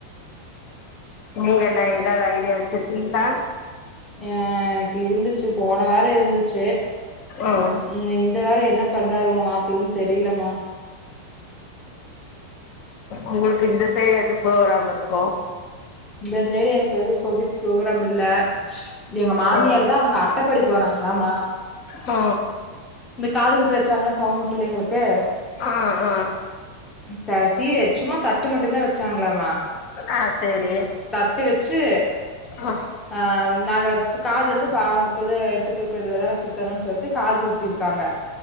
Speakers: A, on the left; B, on the left.
A: நீங்கன்னா எதாவ்து ஐடியா வச்சிருக்கீங்ளா
B: ஏ எனக்கு இருந்துச்சு போன வார இருந்துச்சு
A: ம்
B: இந்த இந் இந்த வார என்ன பண்றாரு உங்க மாப்ளன்னு தெரிலமா
A: உங்களுக்கு இந்த சைடு எது புரோகிராம் இருக்கு
B: இந்த சைடடு எனக்கு இப்போஜிக் ப்ரோக்ராம் இல்ல எங்க மாமியார்
A: ஆ
B: தா அங்க அட் ட்டப்படி போறாங்லாமா
A: ஒ
B: இந்த காது குத்து வச்சாங்கள சௌம புள்ளைங்களுக்கு
A: ஆ ஆ
B: த சீரு சும்மா தட்டு மட்டுந்தா வெச்சாங்ளாமா
A: அ சேரி
B: தட்டு வெச்சு
A: ஆ
B: அ நாங்க காது வந்து ப கு இத எடுத்து குடுக்கறதுல தான குத்தணு சொல்ட்டு காது குத்திருக்காங்க